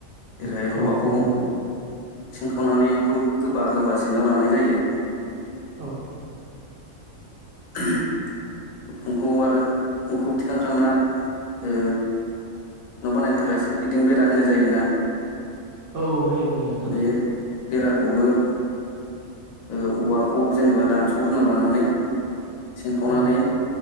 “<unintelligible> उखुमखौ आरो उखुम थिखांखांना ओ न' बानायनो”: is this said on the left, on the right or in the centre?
Left